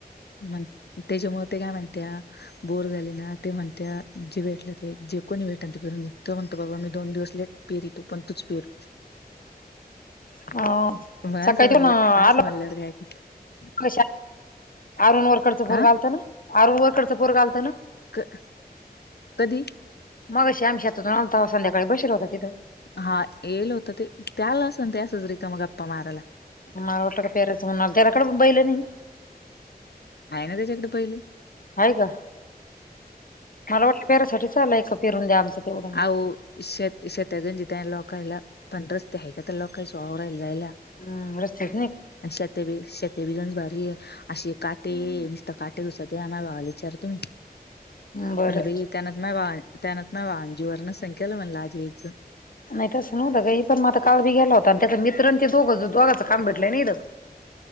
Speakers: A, on the left (about 85°); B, on the left (about 60°).
A: ण त्याच्यामुळे ते काय म्हणते बोर झाले ते म्हणत्या जे भेटलं ते जे कोणी भेट ते पेरून म्हणत बाबा मी दोन दिवसले पेरी तो पण तूच पेर
B: हा
A: मग
B: सकाळीन
A: असं म्हणलं
B: आल
A: असं म्हणल्यावर काय करत
B: का अरुण वरकडचां पोर
A: हा
B: घालत ना अरुण वरकडचं पोरग आलतं ना
A: क कधी?
B: मग श्याम शतातून आता संध्याकाळी बसला होता तिथं.
A: हा येल होत ते त्याला अस त्या सजरिका मग गप्पा मारायला.
B: मा ओट का पेरेसणार तेरकड बैले नई?
A: हाय ना त्याच्या कडं बैलं
B: आहे का मला वाट पेरासाठी चाल एक पेरून द्या आमचं तेवढं
A: अऊ शेत शेत्यागंजितय लोकयला पण रस्ते आहे का तर लोकांच वावराला जायला
B: हम् रस्ते
A: आणि शेत बी शेत बीगंज भारी अशी काटे
B: करू
A: नसत काटे दुस वा विचार तुम्ही
B: बरं
A: म्हणले ब त्याना माय वा त्याना म वा ज वर्ण संख्याल मलजीयच
B: नाही तसं नवतं काी पण म आता काल बी गेला होता आणि त्या मित्रांचे दोघच दोघाचं काम भेटय नाहीथं